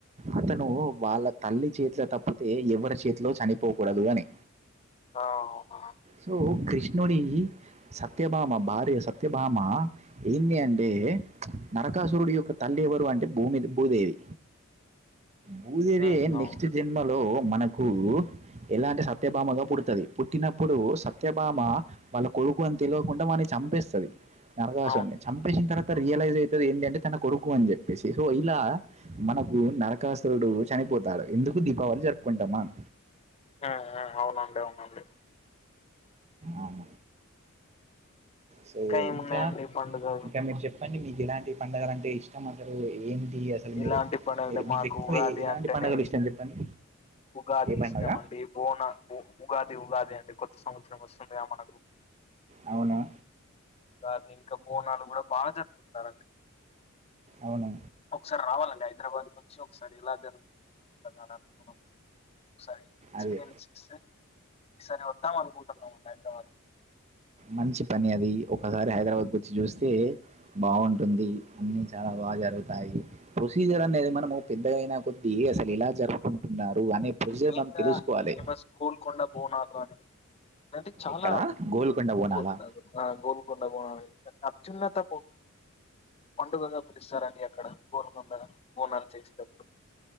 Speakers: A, on the right; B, on the left.
A: అతను వాళ్ళ తల్లి చేతిల తప్పితే ఎవరి చేతిలో చనిపోకూడదు అని
B: ఆ అవునా అండి
A: సో క్రి నోడి సత్యభామ భార్య సత్యభామ ఏంది అంటే నరకాసురుడు యొక్క తల్లి ఎవరు అంటే భూమిది భూదేవి భూదేవి
B: ఉమ్ అవును
A: నెక్స్ట్ జన్మలో మనకు ఎలాంటి సత్యభామగా పుడుతుంది పుట్టిన పుట్టినప్పుడు సత్యభామ వాళ్ళ కొడుకు అని తెలివకుండా వాన్ని చంపేస్తది నరకాశన్ని
B: అవును
A: చంపేసిన తర్వాత రియలైజ్ అయి ఏంధంటే తన కొడుకు అని చెప్పేసి సో ఇలా మన నరకాసురుడు చనిపోతాడు ఇందుకు దీపావళి జరుపుకుంటామ్ మనం
B: ఆ అవునండి అవునండి
A: ఆహ సో
B: ఏమున్నాయండి
A: ఇంకా
B: పండుగలు
A: ఇంకా మీరు చెప్పండి మీకు ఎలాంటి పండగల అంటే ఇష్టం అసలు ఏం ఇ అసలు
B: ఇలాంటి
A: మీరు
B: పండుగలు
A: మీరు మీకు
B: మాకు
A: ఎక్కువ
B: ఉగాది
A: ఎలాంటి
B: అంటేనే
A: పండుగలు ఇష్టం చెప్పండి
B: ఉగాది
A: ఏ పండగ
B: ఇష్టమ అండి బోనలు ఉగాది ఉగాది అండి కొత్త సంవత్సరం వస్తుందిగా మనకు
A: అవును
B: దాని ఇకా బోనాలు కూడా బాగా జరుపుకుంటారండి
A: అవును
B: ఒకసారి రావాలండి అయి హైదరాబాద్కి వచ్చి ఒకసారి ఇలా జరుగుతుంది అంత దాన మనం ఒకసారి ఎక్స్పీరియన్స్
A: అదే
B: చేస్తే ఈసారి వద్దాం అనుకుంటున్నామండి హైదరాబద్
A: మంచి పని అది ఒకసారి హైదరాబాద్ వచ్చి చూస్తే బాగుంటుంది అన్ని చాలా బాగా జరుగుతాయి ప్రొసీజర్ అనేది మనము పెద్దగాయినా కొద్దీ అసలు ఇలా జరుపుకుంటున్నారు అనే ప్రొసీజర్
B: మెయిన్
A: మనం
B: గా
A: తెలుసుకోవాలి
B: ఫేమస్ కోల్కొండ బోనాలు అని అంటే చాలా
A: ఎక్కడ గోల్కొండ బోనాలా
B: గోల్ ఆ గోల్కొండ బోనాలు అత్యున్నతపు పండుగగా పిలుస్తారండి అక్కడ గోల్కొండ బోనా చేసేటప్పుడు